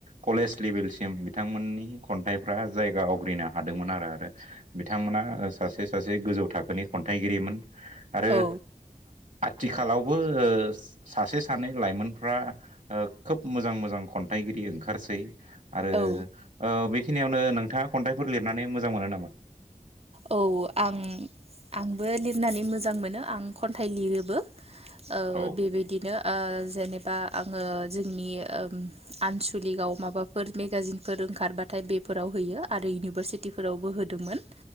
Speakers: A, on the right; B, on the right.
A: कलेज लेभेलसिम बिथांमोननि खन्थाइफ्रा जायगा आवग्रिनो हादोंमोन आरो आरो बिथांमोना सासे सासे गोजौ थाखोनि खन्थाइगिरिमोन आरो
B: औ
A: आथिखालावबो ओ सासे सानै लाइमोनफ्रा ओ खोब मोजां मोजां खन्थाइगिरि ओंखारसै आरो ओ
B: औ
A: बेखिनि बेखिनियावनो नोंथाङा खन्थाइफोर लिरनानै मोजां मोनो नामा
B: औ आं आंबो लिरनानै मोजां मोनो आं खन्थाइ लिरोबो ओ
A: औ
B: बेबायदिनो ओ जेनेबा आङो जोंनि ओम आनसलिकआव माबाफोर मेगाजिनफोर ओंखारबाथाय बेफोराव हैयो आरो इउनिभारसिटिफोरावबो होदोंमोन